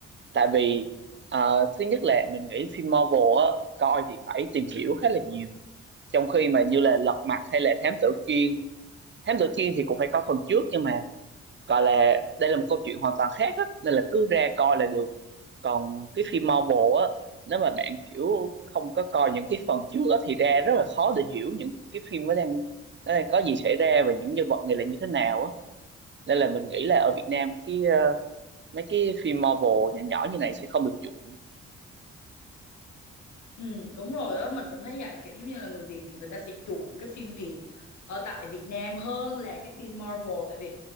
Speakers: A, on the right; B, on the left.
A: tại vì ờ, thứ nhất là mình nghĩ phim Marvel á coi thì phải tìm hiểu khá là nhiều trong khi mà như là Lật Mặt hay là Thám Tử Kiên Thám Tử Kiên thì cũng phải có phần trước nhưng mà gọi là đây là một câu chuyện hoàn toàn khác á nên là cứ ra coi là được còn cái phim Marvel á nếu mà bạn kiểu không có coi những cái phần trước á thì ra rất là khó để hiểu những cái phim nó đang nó đang có gì xảy ra và những nhân vật này là như thế nào á nên là mình nghĩ là ở Việt Nam cái ờ, mấy cái phim Marvel nhỏ nhỏ như này sẽ không được chuộng
B: Ừ, đúng rồi đó mình cũng thấy vậy kiểu giống như là người Việt thì người ta sẽ chuộng cái phim Việt ở tại Việt Nam hơn là cái phim Marvel tại vì